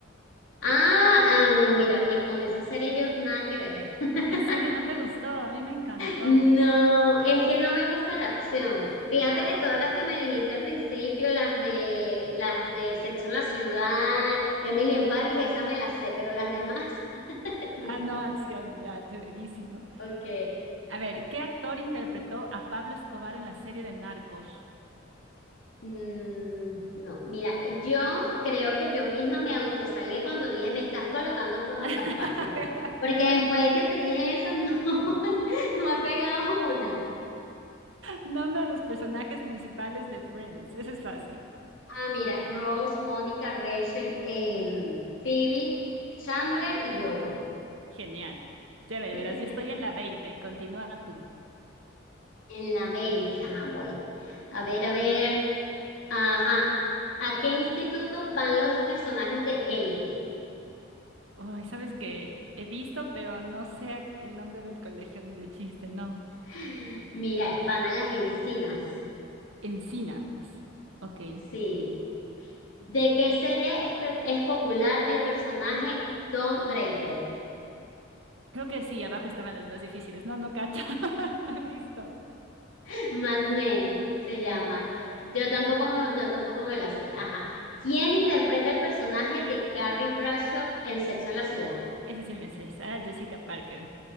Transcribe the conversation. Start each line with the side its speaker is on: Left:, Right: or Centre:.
Left: Ah, ah, no, mira, es con esa serie yo nada que ver. <laughs>
Right: ¿En serio no te gustó? A mí me encantó.
Left: No, es que no me gusta la acción. Fíjate
Right: Ah,
Left: que todas las que me dijiste al principio, las de las de Sexo en la Ciudad, Emily en París, esa me las sé, pero las demás <laughs> no.
Right: ah, no, acción, ya, chéverísimo.
Left: Ok.
Right: A ver, ¿qué actor interpretó a Pablo Escobar en la serie de Narcos?
Left: Mm, no, mira, yo creo que yo misma me autosalé cuando dije, me estás colocando todas
Right: <laughs>
Left: las fáciles, porque después de que te dije esa, no, <laughs> no he pegado una.
Right: Nombra a los personajes principales de Friends. Eso es fácil.
Left: Ah, mira, Rose, Mónica, Rachel, em, Phoebe, Chandler y Joey.
Right: Genial. Chévere,
Left: <laughs>
Right: verás, yo estoy en la 20. Continúa tú.
Left: En la 20 ajá, voy. A ver, a ver, ajá. ¿A qué instituto van los personajes de Élite?
Right: Ay, sabes que he visto, pero no sé a- el nombre del colegio ni de chiste, no.
Left: <laughs> Mira, van a las encinas.
Right: Encinas. Ok.
Left: Sí, ¿De qué serie es, pe- es popular el personaje Don Draper?
Right: Creo que sí, abajo estaban los más difíciles. No, no cacho. <laughs> No he visto.
Left: <laughs> Mad Men se llama.
Right: No, ni idea.
Left: Yo tampoco, me- yo tampoco me la sé. Ajá. ¿Quién interpreta el personaje de Carrie Bradshaw en Sexo en la Ciudad?
Right: Ese sí me sé, Sarah Jessica Parker.